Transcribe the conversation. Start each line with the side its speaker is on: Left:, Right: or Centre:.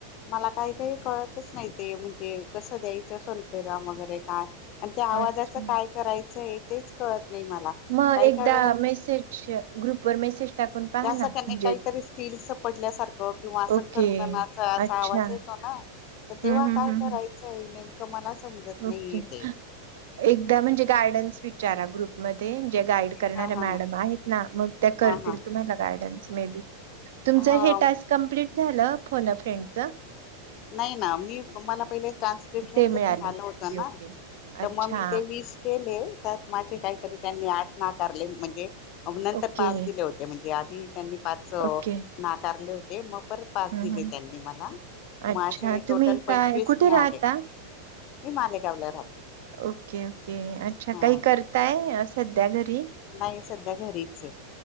Left: मला काही काही कळतच नाही. ते म्हणजे कसं द्यायचं स्वल्पविराम वगैरे काय? आणि त्या आवाजाचं
Right: अच्छा.
Left: काय करायचंए? तेच कळत नाही मला.
Right: मग
Left: काही
Right: एकदा
Left: काय वेळेला
Right: मेसेज- ग्रुप वर मेसेज- टाकून पहा
Left: त्या
Right: ना
Left: सखने
Right: म्हणजे
Left: काहीतरी स्टीलचं पडल्यासारखं किंवा असं
Right: ओके
Left: खरखनाचा असा
Right: अच्छा
Left: आवाज येतो ना? तर तेव्हा
Right: हम्म हम्म
Left: काय
Right: हम्म
Left: करायचंय
Right: हम्म.
Left: नेमकं? मला समजत नाहीये
Right: ओके.
Left: ते.
Right: एकदा म्हणजे गायडन्स विचारा. ग्रुप- मध्ये जे गाईड करणाऱ्या
Left: हा हा
Right: मॅडम
Left: हा
Right: आहेत ना, मग त्या करतील
Left: हा हा
Right: तुम्हाला गायडन्स मे बी. तुमचं
Left: हा
Right: हे टास्क कमप्लीट झालं फोन अ फ्रेंडच?
Left: नाही ना. मी मला पहिले ट्रान्स्क्रिप्शनचच
Right: ते मिळालं
Left: मीळालं
Right: ओके
Left: होत ना?
Right: ओके
Left: तर
Right: अच्छा
Left: मग मी ते वीस- केले त्यात माझे काहीतरी त्यांनी आठ नाकारले. म्हणजे नंतर
Right: ओके
Left: पाच दिले होते. ते म्हणजे आधी त्यांनी पाच
Right: ओके
Left: नाकारले होते. मग परत पाच
Right: हम्म
Left: दिले
Right: हम्म
Left: त्यांनी मला.
Right: अच्छा
Left: माझे
Right: तुम्ही
Left: टोटल पंचवीस
Right: काय कुठे
Left: मिळाले.
Right: राहता?
Left: मी मालेगावला राहते.
Right: Okay okay. अच्छा,
Left: हा
Right: काही करताय सध्या घरी?
Left: नाही सध्या घरीच आहे.